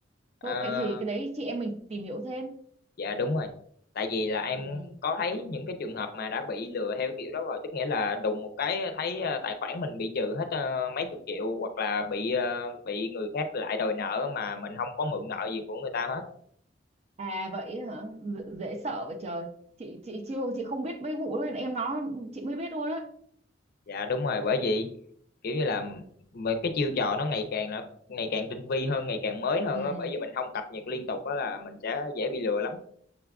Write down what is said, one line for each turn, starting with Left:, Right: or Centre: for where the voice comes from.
Left: Ờ,
Right: thôi cái thì cái đấy chị em mình tìm hiểu thêm
Left: Dạ đúng rồi. Tại vì là em
Right: ừ.
Left: có thấy những cái trường hợp mà đã bị lừa theo kiểu đó rồi, tức nghĩa là đùng một cái thấy ờ, tài khoản mình bị trừ hết ờ, mấy chục triệu hoặc là bị ờ, bị người khác lại đòi nợ mà mình không có mượn nợ gì của người ta hết.
Right: à vậy hả D- dễ sợ vậy trời chị chị chưa chị không biết mấy vụ đó em nói chị mới biết luôn á
Left: Dạ đúng rồi, bởi vì kiểu như là mà cái chiêu trò nó ngày càng là ngày càng tinh vi hơn, ngày càng mới hơn
Right: ừ
Left: á, bởi vì mình không cập nhật liên tục á là mình sẽ dễ bị lừa lắm.